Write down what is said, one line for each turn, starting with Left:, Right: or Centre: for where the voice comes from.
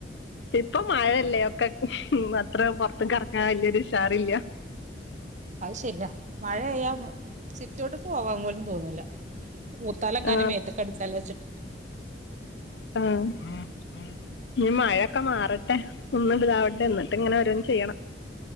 Left: ഇപ്പൊ മഴയല്ലേ. ക്ക് അത്ര പൊറത്തുക്ക് ഇറങ്ങാൻ വലിയൊരു ഉഷാറില്ല.
Right: അത് ശരിയാ മഴ ആയാൽ സിറ്റ് ഔട്ടേക്ക് പോവാൻ പോലും തോന്നൂല. ഊത്താല് എങ്ങാനും
Left: ആ
Right: മേത്തക്ക് അടിച്ചാല് എന്നുവെച്ചിട്ട്.
Left: ആഹ് ഇനി മഴയൊക്കെ മാറട്ടെ ഒന്ന് ഇതാവട്ടെ എന്നിട്ട് ഇങ്ങനെ ഓരോന്ന് ചെയ്യണം.